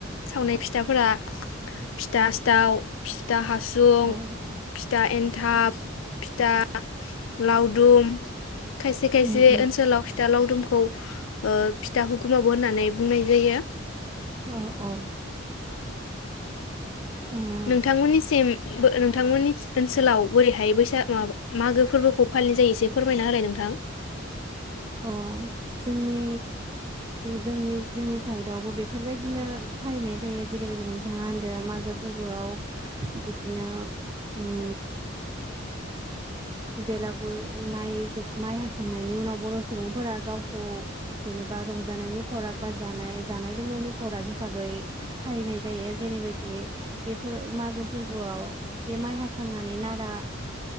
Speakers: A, on the left (about 75°); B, on the right (about 20°).
A: सावनाय फिथाफोरा फिथा सिथाव फिथा हासुं
B: औ
A: फिथा ए थाब फिथा लावदुम खायसे खायसे
B: उम उम
A: ओनसोलाव फिथा लावदुमखौ ओ फिथा हुखुमाबो होननानै बुंनाय जायो।
B: औ औ। ओ
A: नोंथांमोनिसिम नोंथांमोननि ओनसोलाव बोरैहाय बैसाओ मागो फोरबोखौ फालिनाय जायो एसे फोरमायना होलाय नोंथां।
B: अ जोंनि जोंनि जोंनि साइडआवबो बेफोरबायदिनो फालिनाय जायो जेरैबायदि नोंथाङा होनदो मागो फोरबोआव बिदिनो उ बेलागुर माइ जो माइ हाखांनायनि उनाव बर' सुबुंफोरा गावखौ जेनेबा रंजानायनि खराग बा जानाय जानाय लोंनायनि खराग हिसाबै फालिनाय जायो जेरैबायदि बेफोर मागो फोरबोआव बे माइ हाखांनानै नारा